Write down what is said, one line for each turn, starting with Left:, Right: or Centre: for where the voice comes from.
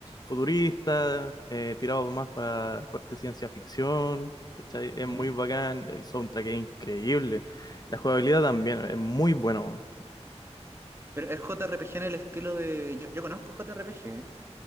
Left: futurista, eh, tirado más para corte ciencia ficción, ¿cachai? Es
Right: Ujú.
Left: muy bacán, el soundtrack es increíble, la jugabilidad también es muy bueno.
Right: Pero es JRPG en el estilo de. Yo, yo conozco JRPG, ¿eh?